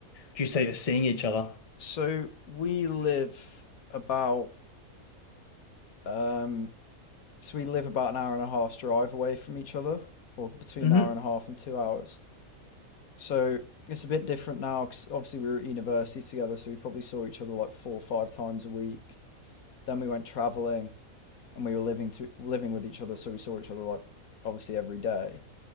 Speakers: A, on the left; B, on the left.
A: do you say you're seeing each other?
B: So we live about um so we live about an hour and a half's drive away from each other, or between
A: Mm-hmm.
B: an hour and a half and two hours. So it's a bit different now because obviously we were at university together, so we probably saw each other like four or five times a week. Then we went traveling and we were living to living with each other, so we saw each other like obviously every day.